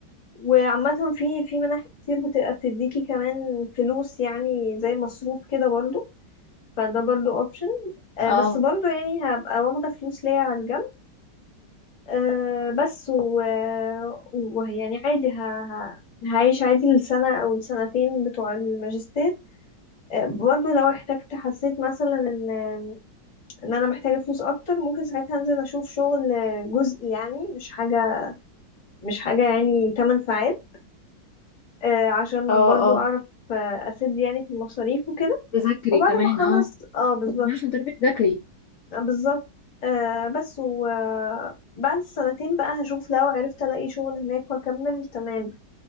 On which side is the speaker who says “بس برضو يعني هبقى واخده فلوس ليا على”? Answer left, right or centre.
Left